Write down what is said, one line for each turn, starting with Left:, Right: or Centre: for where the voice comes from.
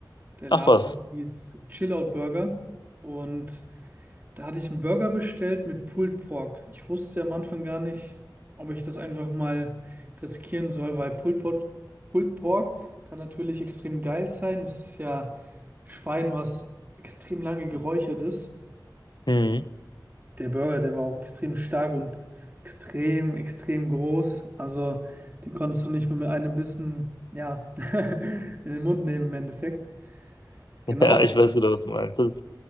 Right: Der Laden
Left: Ach was.
Right: hieß Chill Out Burger und da hatte ich einen Burger bestellt mit Pulled Pork. Ich wusste am Anfang gar nicht, ob ich das einfach mal riskieren soll, weil Pulled Pork, Pulled Pork kann natürlich extrem geil sein. Es ist ja Schwein, was extrem lange geräuchert ist.
Left: Mhm. <laughs>
Right: Der Burger, der war auch extrem stark und extrem, extrem groß. Also den konntest du nicht mal mit einem Bissen, ja, <laughs> in den Mund nehmen im Endeffekt. Genau.
Left: Ja, ich weiß wieder, was du meinst. Das,